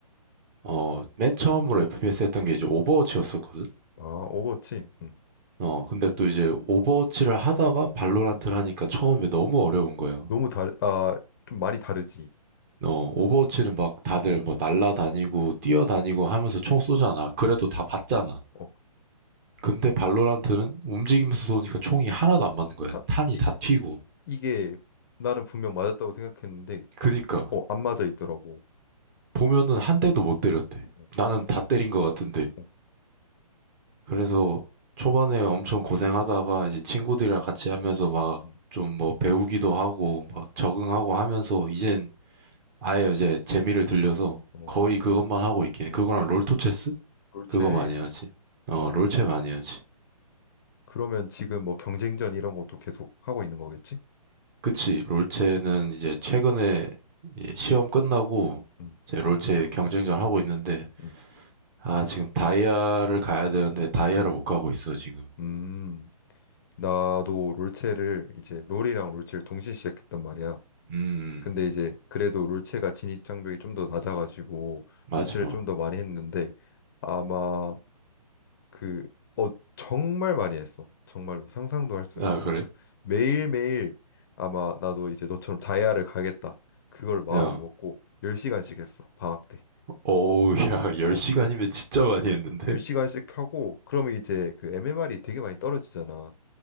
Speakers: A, on the right (about 25°); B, on the left (about 30°).
A: 어, 맨 처음으로 FPS 했던 게 이제 오버워치였었거든?
B: 아 오버워치 음.
A: 어, 근데 또 이제 오버워치를 하다가 발로란트를 하니까 처음에 너무 어려운 거야.
B: 너무 다르 아 좀 많이 다르지.
A: 어, 오버워치는
B: 어.
A: 막 다들 뭐 날라다니고 뛰어다니고
B: 음.
A: 하면서 총 쏘잖아. 그래도
B: 음.
A: 다 봤잖아.
B: 어.
A: 근데 발로란트는 움직이면서 쏘니까 총이 하나도 안 맞는 거야.
B: 하,
A: 탄이
B: 이
A: 다 튀고.
B: 이게 나는 분명 맞았다고 생각했는데
A: 그니까
B: 어 안 맞아 있더라고.
A: 보면은 한 대도 못 때렸대.
B: 어.
A: 나는 다 때린 것 같은데
B: 어,
A: 그래서 초반에 엄청 고생하다가 이제 친구들이랑 같이 하면서 막
B: 음.
A: 좀 뭐 배우기도 하고
B: 음.
A: 막 적응하고 하면서 이젠 아예 이제 재미를 들려서
B: 어.
A: 거의 그것만
B: 어.
A: 하고 있긴 해. 그거랑 롤토체스?
B: 롤체
A: 그거 많이 하지. 어,
B: 아
A: 롤체 많이 하지.
B: 그러면 지금 뭐 경쟁전 이런 것도 계속 하고 있는 거겠지?
A: 그치. 롤체는 이제 최근에 예, 시험 끝나고
B: 음.
A: 제 롤체 경쟁전 하고 있는데
B: 음.
A: 아, 지금 다이아를 가야 되는데 다이아를
B: 음.
A: 못 가고 있어, 지금.
B: 음, 나도 롤체를 이제 롤이랑 롤체를 동시에 시작했단 말이야.
A: 음,
B: 근데
A: 음,
B: 이제 그래도 롤체가 진입 장벽이 좀 더 낮아가지고
A: 맞아.
B: 롤체를 좀 더 많이 했는데 아마 그 어, 정말 많이 했어. 정말로 상상도 할 수
A: 아,
B: 없을
A: 그래?
B: 만큼 매일매일 아마 나도 이제 너처럼 다이아를 가겠다. 그걸 마음을
A: 어.
B: 먹고 10시간씩 했어. 방학 때.
A: 어우, 야, 10시간이면
B: 어.
A: 진짜 많이 했는데?
B: 10시간씩 하고 그러면 이제 그 MMR이 되게 많이 떨어지잖아.